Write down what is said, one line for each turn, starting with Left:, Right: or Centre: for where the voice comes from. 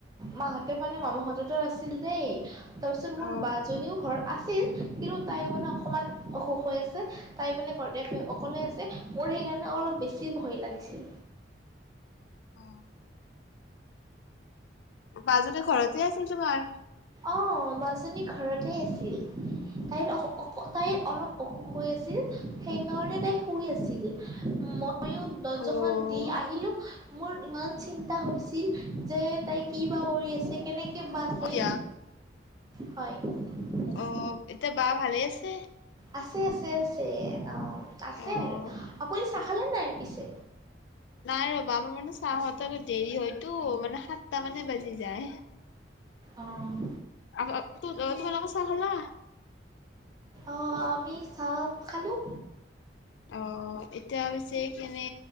Right: মাহঁতে মানে মামাহঁত ত আছিল দেই। তাৰপিছত
Left: অ
Right: মোৰ বা জনীয়ো ঘৰ আ ছিল কিন্তু তাই মানে অকমান অসুখ হৈ আছে। তাই মানে ঘৰতে অকলে আছে মোৰ সেইকাৰণে অলপ বেছি ভয় লাগিছিল।
Left: অ মাজনি ঘৰতে আছিল তোমাৰ।
Right: অ মাজনী ঘৰতে আছিল তাইৰ অ অসু তাইৰ অলপ অসুখ হৈ আছিল সেইকাৰণে তাই শুই আছিল। মই মইয়ো দৰ্জাখন
Left: অ',
Right: দি আহিলোঁ। মোৰ ইমান চিন্তা হৈছিল যে তাই কি বা কৰি আছে কেনেকে কেবা আছে।
Left: দিয়া
Right: হয়। <unintelligible>
Left: অ', এতিয়া বা ভালে আছে।
Right: আছে আছে আছে অ। আছে
Left: অ',
Right: আৰু আপুনি চাহ খালে নাই পিছে।
Left: নাই ৰ'বা আমাৰ মানে চাহত আৰু দেৰি হয়তো মানে সাতটা মানে বাজি যায়।
Right: অঁ
Left: আৰ। তো তোমাৰ লোকৰ চাহ খালা।
Right: অ আমি চাহ খালোঁ।
Left: অ এতিয়া পিছে কেনে